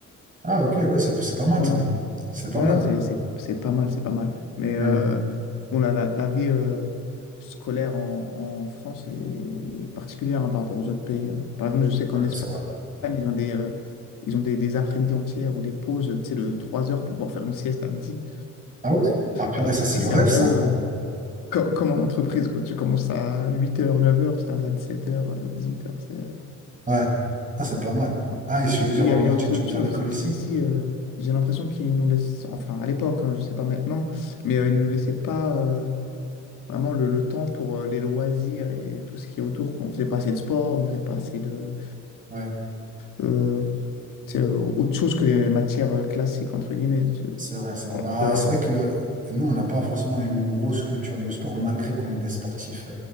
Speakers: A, on the right; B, on the left.
A: Ah, ok, ouais, c'est c'est pas mal,
B: Ouais.
A: ça. C'est pas
B: Voilà,
A: mal.
B: c'est, c'est, c'est pas mal, c'est pas mal. Mais euh,
A: Hmm.
B: bon, la, la, la vie euh, scolaire en, en France est particulière hein, par rapport aux autres pays. hein. Par exemple, je sais qu'en
A: Ouais,
B: Espagne,
A: c'est vrai.
B: ils ont des, euh, ils ont des, des après-midi entières ou des pauses, tu sais, de 3 heures pour pouvoir faire une sieste à midi.
A: Ah ouais? Ah, purée,
B: Alors
A: ça, c'est
B: ici,
A: le
B: c'est
A: rêve,
B: un
A: ça.
B: peu... euh, Co- comme en entreprise, quoi. Tu commences à huit heures neuf heures tu termines à 17h, 18h. C'est, euh,
A: Ouais. Ah, c'est pas mal.
B: ouais.
A: Ah, et tu
B: Et
A: veux
B: puis,
A: dire,
B: il
A: en-
B: y, a il y a aussi
A: tu, tu
B: autre
A: veux dire
B: chose,
A: l'école
B: c'est
A: ici?
B: qu'ici, j'ai l'impression qu'ils nous laissent, enfin à l'époque, hein, je ne sais pas maintenant, mais
A: Hmm.
B: euh, ils ne nous laissaient pas euh, vraiment le, le temps pour euh, les loisirs et tout ce qui est autour. quoi. On ne faisait pas assez de sport, on ne faisait pas assez de...
A: Ouais.
B: euh, tu sais, euh, autre chose que les matières euh, classiques, entre guillemets. tu
A: C'est vrai, c'est vrai.
B: Alors
A: Bah,
B: que,
A: c'est vrai que nous, on n'a pas forcément une grosse culture du sport, malgré qu'on est des sportifs,